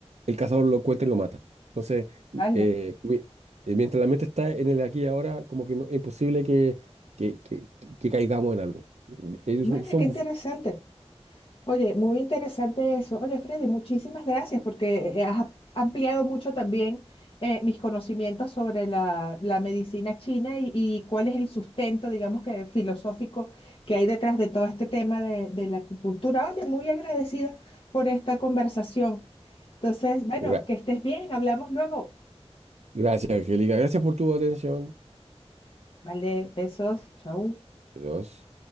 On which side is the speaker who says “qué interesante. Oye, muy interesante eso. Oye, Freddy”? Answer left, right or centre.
Left